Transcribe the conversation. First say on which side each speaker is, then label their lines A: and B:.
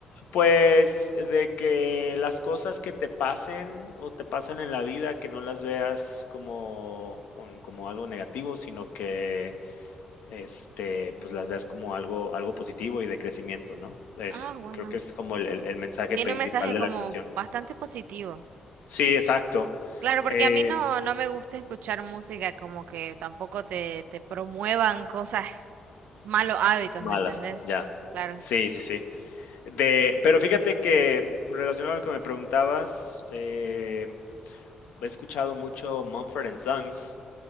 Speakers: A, on the left; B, on the right.
A: Pues, de que las cosas que te pasen o te pasan en la vida, que no las veas como con como algo negativo, sino que, este, pues, las veas como algo algo positivo y de crecimiento, ¿no? Es
B: Ah, bueno.
A: creo que es como el el el mensaje
B: Tiene
A: principal
B: un mensaje
A: de
B: como
A: la canción.
B: bastante positivo.
A: Sí, exacto.
B: Claro, porque
A: Eh,
B: a mí no, no me gusta escuchar música como que tampoco te, te promuevan cosas, malos hábitos,
A: malas,
B: ¿me entendés?
A: ya.
B: Claro.
A: Sí, sí, sí. De pero fíjate que relacionado a lo que me preguntabas, eh, he escuchado mucho Mumford& and Sons.